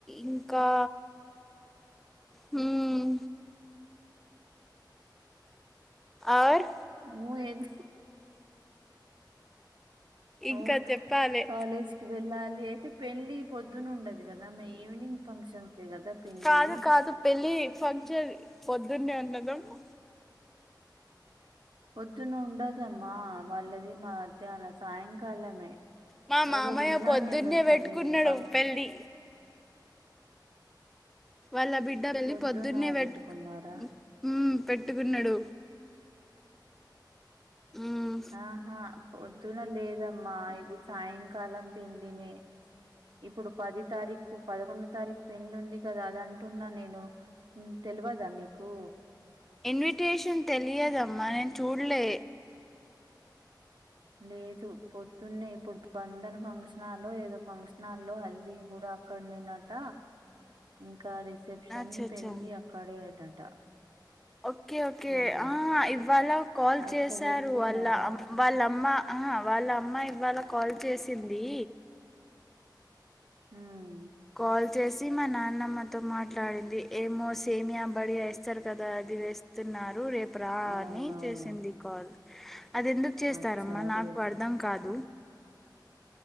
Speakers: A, in the centre; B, on the right.
A: ఇంకా హ్మ్ ఆర్.
B: నువ్వేది
A: ఇంకా
B: అవ్
A: చెప్పాలి
B: కాలేజ్కి వెళ్ళాలి అయితే పెళ్లి పొద్దున ఉండదు కదా మా ఈవినింగ్ ఫంక్షన్సే కదా పెళ్లీ
A: కాదు కాదు పెళ్ళి ఫంక్షన్ పొద్దున్నే ఉన్నదమ్మ
B: పొద్దున్న ఉండదమ్మా వాళ్ళది మధ్యాహ్నం సాయంకాలమే
A: మా మామయ్య
B: ఏదో విన్నాను
A: పొద్దున్నే
B: నేను ఇట్లా
A: పెట్టుకున్నాడు
B: మీ ఫం
A: పెళ్లి వాళ్ళ బిడ్డ పెళ్లి
B: పొద్దున
A: పొద్దున్నే పెట్టు
B: పెట్టుకున్నారా
A: హ్మ్ పెట్టుకున్నాడు హ్మ్
B: ఆహా పొద్దున లేదమ్మా ఇది సాయంకాలం పెండ్లినే ఇప్పుడు పది తారీఖు పదకొండు తారీఖు పెళ్లి ఉంది కదా అది అంటున్నా నేను తెలవదా మీకు
A: ఇన్విటేషన్ తెలియదమ్మా నేను చూడలే
B: <unintelligible> లేదు పొద్దున్నే ఇప్పుడు బంధన ఫంక్షనాలో ఏదో ఫంక్షనాల్లో హల్దీ కూడా అక్కడనేనట ఇంకా రిసెప్షన్
A: అచ్చచ్చా
B: పెండ్లి అక్కడేనట
A: ఓకే ఓకే
B: ఉమ్
A: ఇవాళ ఆ కాల్
B: అయితే
A: చేశారు
B: వెళ్తున్నారా
A: వాళ్ళ అ వాళ్ళమ్మ ఆ వాళ్ళ అమ్మ ఇవాళ కాల్ చేసింది
B: ఉమ్
A: కాల్ చేసి మా నాన్నమ్మతో మాట్లాడింది ఏమో సేమియా బడియా వేస్తారు కదా అది వే న్నారు రేపు ప్రాణి
B: అవునవును
A: చేసింది కాల్ అది ఎందుకు చేస్తారమ్మా
B: అచ్చా
A: నాకు
B: రేపు
A: అర్థం కా కాదు